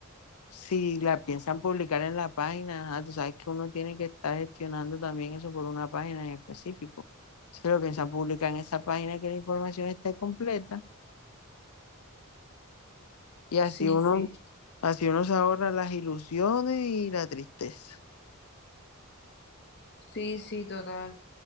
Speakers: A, on the left; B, on the left.
A: Si la piensan publicar en la página, ajá, tú sabes que uno tiene que estar gestionando también eso por una página en específico. Si lo piensan publicar en esa página que la información esté completa Y así
B: Sí,
A: uno,
B: sí.
A: así uno se ahorra las ilusiones y la tristeza.
B: Sí, sí, total.